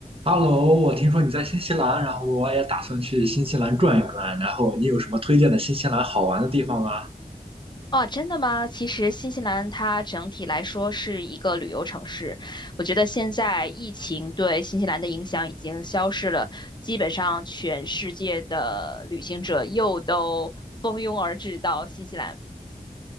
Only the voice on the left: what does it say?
哦，真的吗？其实新西兰它整体来说是一个旅游城市，我觉得现在疫情对新西兰的影响已经消失了，基本上全世界的旅行者又都蜂拥而至到新西兰。